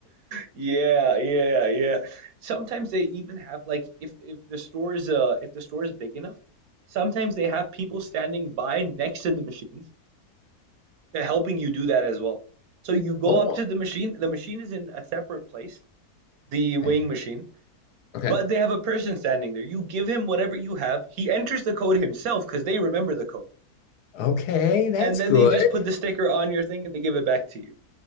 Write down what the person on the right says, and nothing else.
Yeah, yeah, yeah. Sometimes they even have like if if the store is uh if the store is big enough, sometimes they have people standing by next to the machines to helping you do that as well. So you go
up to the machine, the machine is in a separate place, the weighing
machine,
but they have a person standing there. You give him whatever you have, he enters the code himself because they remember the code.
And then
they just put the sticker on your thing and they give it back to you.